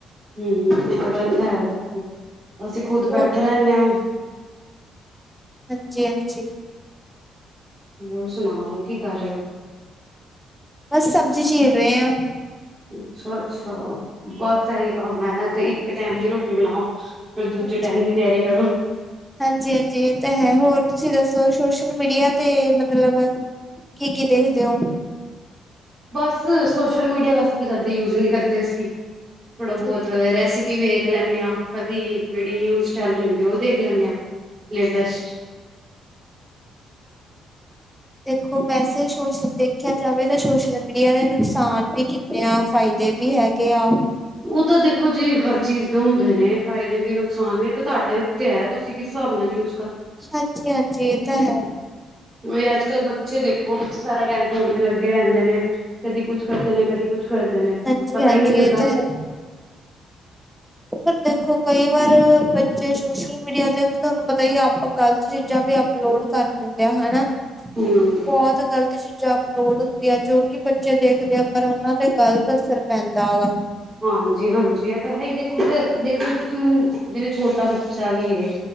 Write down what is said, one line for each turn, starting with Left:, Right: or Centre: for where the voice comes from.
Right: ਹੂ- ਹੂ ਐ ਤਾਂ ਗੱਲ ਹੈ, ਦੇਖੋ ਅਸੀਂ ਖੁੱਦ ਬੈਠੇ
Centre: ਹੋਰ
Right: ਰਹਿਣੇ ਐ।
Centre: ਹਾਂਜੀ -ਹਾਂਜੀ।
Right: ਹੋਰ ਸੁਣਾਓ ਕੀ ਕਰ ਰਹੇ ਹੋ?
Centre: ਬਸ ਸਬਜ਼ੀ ਚੀਰ ਰਹੇ ਆ।
Right: ਅੱਛਾ- ਅੱਛਾ, ਬਸ ਇਹੀ ਕੰਮ ਹੈ ਤੇ ਇੱਕ ਟੈਮ ਦੀ ਰੋਟੀ ਬਣਾਓ। ਫਿਰ
Centre: ਹਾਂਜੀ।
Right: ਦੂਜੇ ਦੀ ਟਾਈਮ ਦੀ ਤਿਆਰੀ ਕਰੋ।
Centre: ਹਾਂਜੀ-ਹਾਂਜੀ ਇਹ ਤਾਂ ਹੈ ਹੋਰ ਤੁਸੀਂ ਦੱਸੋ ਸੋਸ਼ਲ ਮੀਡੀਆ ਤੇ ਮਤਲਬ ਕੀ ਕੀ ਦੇਖਦੇ ਹੋ?
Right: ਬਸ ਸੋਸ਼ਲ ਮੀਡੀਆ ਵੈਸਤੇ ਤਾਂ ਜ਼ਿਆਦਾ ਯੂਜ ਨਹੀਂ ਕਰਦੇ ਅਸੀਂ ਥੋੜ੍ਹਾ ਬਹੁਤ
Centre: ਠੀਕ ਹੈ,
Right: ਰੈਸਪੀ ਵੀ ਵੇਖ ਲੈਂਨਦੇ ਹਾਂ ਕਦੀ ਜਿਹੜੀ ਨਿਊਜ਼ ਚੈਨਲ ਰਹਿੰਦੀ ਆ ਉਹ ਦੇਖ ਲੈਂਨਦੇ ਹਾਂ। ਲੇਟੈਸਟ
Centre: ਦੇਖੋ ਵੈਸੇ ਸੋਸ਼ਲ ਦੇਖਿਆ ਜਾਵੇ ਤਾਂ ਸੋਸ਼ਲ ਮੀਡੀਆ ਦੇ ਨੁਕਸਾਨ ਵੀ ਕਿੰਨੇ ਆ ਫਾਇਦੇ ਵੀ ਹੈਗੇ ਐ।
Right: ਉਹ ਤਾਂ ਦੇਖੋ ਜੇ ਹਰ ਚੀਜ਼ ਦੇ ਹੁੰਦੇ ਨੇ ਫ਼ਾਇਦੇ ਵੀ ਨੁਕਸਾਨ ਵੀ ਤਾਂ ਤੁਹਾਡੇ ਉੱਤੇ ਹੈ ਤੁਸੀਂ ਕਿਸ ਹਿਸਾਬ ਨਾਲ ਯ
Centre: ਹਾਂਜੀ- ਹਾਂਜੀ ਇਹ ਤਾਂ ਹੈ।
Right: ਉਹੀ ਅੱਜ ਕੱਲ੍ਹ ਬੱਚੇ ਦੇਖੋ ਬੱਚੇ ਸਾਰਾ ਟਾਈਮ ਫੋਨ ਤੇ ਲੱਗੇ ਰਹਿੰਦੇ ਨੇ। ਕਦੀ ਕੁੱਛ ਕਰਦੇ ਨੇ, ਕਦੀ ਕੁਛ ਕਰਦੇ ਨੇ।
Centre: ਹਾਂਜੀ-
Right: ਪਤਾ
Centre: ਹਾਂਜੀ
Right: ਹੀ ਨਹੀਂ ਚੱਲਦਾ
Centre: ਇਹ ਤਾਂ ਹੈ। ਫੇਰ ਦੇਖੋ ਕਈ ਵਾਰ ਬੱਚੇ ਸੋਸ਼ਲ ਮੀਡੀਆ ਤੇ ਤੁਹਾਨੂੰ ਪਤਾ ਹੀ ਆਪਾਂ ਗ਼ਲਤ ਚੀਜ਼ਾਂ ਵੀ ਅਪਲੋਡ ਕਰ ਦਿੰਦੇ ਆ ਹਨਾ ਬਹੁਤ
Right: ਹੂੰ
Centre: ਗ਼ਲਤ ਚੀਜ਼ਾਂ ਅਪਲੋਡ ਹੁੰਦੀਆਂ ਜੋ ਕਿ ਬੱਚੇ ਦੇਖਦੇ ਆ ਪਰ ਉਹਨਾਂ ਤੇ ਗ਼ਲਤ ਅਸਰ ਪੈਂਦਾ ਹੈ।
Right: ਹਾਂਜੀ -ਹਾਂਜੀ ਇਹ ਤਾਂ ਹੈ ਹੀ ਦੇਖੋ ਦੇਖੋ ਤੁਸੀਂ ਹੁਣ ਜਿਵੇਂ ਛੋਟਾ ਬੱਚਾ ਵੀ ਇਹ